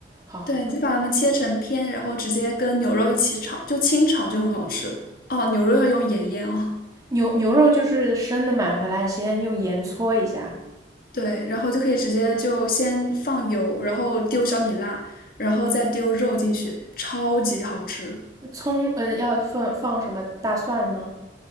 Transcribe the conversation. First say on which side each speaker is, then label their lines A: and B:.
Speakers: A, on the right; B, on the left.
A: 好，
B: 对，你就把它们切成片，然后直接跟牛肉一起炒，就清炒就很好吃。哦，牛肉要用盐腌哦。
A: 牛牛肉就是生的买回来，先用盐搓一下，
B: 对，然后就可以直接就先放油，然后丢小米辣，然后再丢肉进去，超级好吃。
A: 葱，呃，要放放什么大蒜吗？